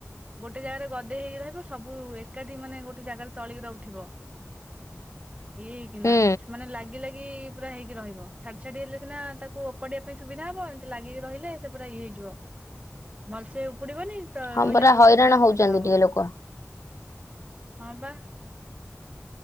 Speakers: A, on the right; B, on the left.
A: ଗୋଟେ ଜାଗାରେ ଗଦେଇ ହେଇକି ରହିବ ସବୁ ଏକାଠି ମାନେ ଗୋଟେ ଜାଗାରେ ତଳିି ଗୁରା ଉଠିବ ଇଏ ହେଇକିନା
B: ହୁଁ
A: ମାନେ ଲାଗି ଲାଗି ପୁରା ହେଇକି ରହିବ, ଛାଡି ଛାଡି ହେଲେ ନା ତାକୁ ଓପଡେଇିବା ପାଇଁ ସୁବିଧା ହବ, ଏମିତି ଲାଗିକି ରହିଲେ ସେ ପୁରା ଇଏ ହେଇଯିବ। ଭଲସେ ଉପୁଡିବନି ତ
B: ହଁ
A: ରୋଇିଲା
B: ପରା
A: ବେଳକୁ
B: ହଇରାଣ
A: ପୁଣି ଅସୁବିଧା
B: ହଉଛନ୍ତି
A: ହବ।
B: ଟିକେ ଲୋକ।
A: ହଁ ବା।